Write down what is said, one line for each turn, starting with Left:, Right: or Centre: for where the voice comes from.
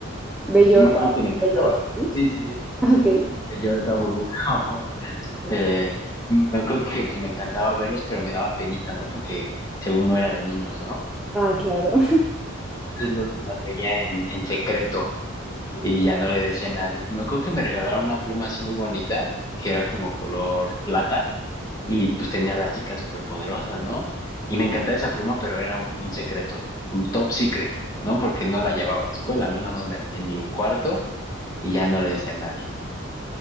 Centre: Bellota,
Left: Yo me acuerdo que me encantaba.
Centre: ella es. ¿sí?
Left: Sí, sí, sí.
Centre: Ok.
Left: Bellota, burbuja. <laughs> Eh, me acuerdo que pues, me encantaba verlos, pero me daba penita, ¿no? Porque según no era de niños, ¿no?
Centre: Ah, claro. <laughs>
Left: Entonces lo- las veía en, en secreto. Y ya no le decía a nadie. Y me acuerdo que me regalaron una pluma así muy bonita, que era como color plata, y pues tenía a las chicas superpoderosas, ¿no? Y me encantaba esa pluma, pero era un, un secreto, un top secret, ¿no? Porque no la llevaba a la escuela, ¿no? Nada más me- en mi cuarto y ya no le decía a nadie.